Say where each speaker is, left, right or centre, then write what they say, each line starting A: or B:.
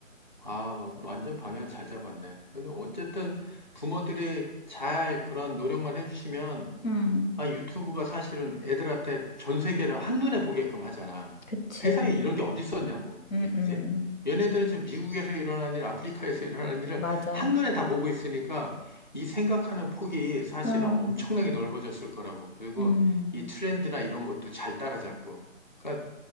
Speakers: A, on the left; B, on the left.
A: 아, 와- 완전 방향 잘 잡았네. 근데 어쨌든 부모들이 잘 그런 노력만 해주시면
B: 음,
A: 아, 유튜브가 사실은 애들한테 전 세계를 한눈에 보게끔 하잖아.
B: 그치.
A: 세상에 이런 게 어디 있었냐고, 이게,
B: 음,
A: 그지?
B: 음,
A: 얘네들은 지금 미국에서 일어나는 일, 아프리카에서 일어나는 일을
B: 맞아.
A: 한눈에 다 보고 있으니까 이 생각하는 폭이 사실은
B: 아,
A: 엄청나게 넓어졌을 거라고. 그리고
B: 음,
A: 이 트렌드나 이런 것도 잘 따라잡고. 그러니까